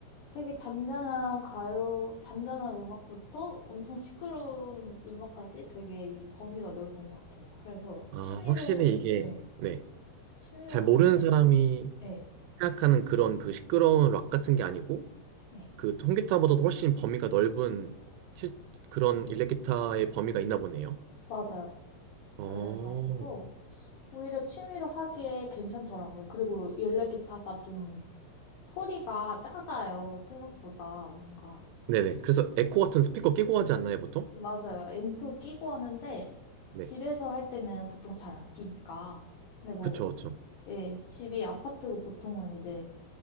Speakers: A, on the left; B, on the right.
A: 되게 잔잔한 가요, 잔잔한 음악부터 엄청 시끄러운 음악까지 되게 이 범위가 넓은 것 같아요. 그래서
B: 아,
A: 취미로,
B: 확실히 이게,
A: 네,
B: 네.
A: 취미로
B: 잘
A: 하,
B: 모르는 사람이
A: 네,
B: 생각하는 그런 그 시끄러운 락 같은 게 아니고,
A: 네,
B: 그 통기타보다도 훨씬 범위가 넓은 치- 그런 일렉기타의 범위가 있나 보네요.
A: 맞아요.
B: 어,
A: 그래가지고 오히려 취미로 하기에 괜찮더라고요. 그리고 일렉 기타가 좀 소리가 작아요, 생각보다. 뭔가.
B: 네네. 그래서 에코 같은 스피커 끼고 하지 않나요, 보통?
A: 맞아요. 앰프 끼고 하는데,
B: 네.
A: 집에서 할 때는 보통 잘 안 끼니까. 근데 뭐,
B: 그쵸,
A: 음.
B: 그쵸.
A: 예, 집이 아파트고 보통은 이제